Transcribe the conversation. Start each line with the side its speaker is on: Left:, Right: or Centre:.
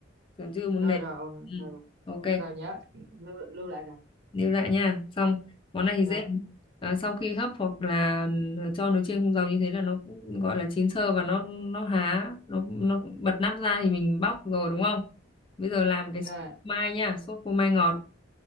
Left: còn chưa muốn
Right: rồi
Left: nếm
Right: rồi rồi
Left: ừ.
Right: rồi, rồi.
Left: ok
Right: Rồi nhớ lưu, lưu lại rồi.
Left: lưu lại nha xong món này thì
Right: Rồi,
Left: dễ lắm. à, sau khi hấp hoặc là ừ, cho nồi chiên không dầu như thế là nó cũng gọi là chín sơ và nó nó há nó nó bật nắp ra thì mình bóc rồi đúng không bây giờ làm cái sốt
Right: nè
Left: phô mai nha sốt phô mai ngọt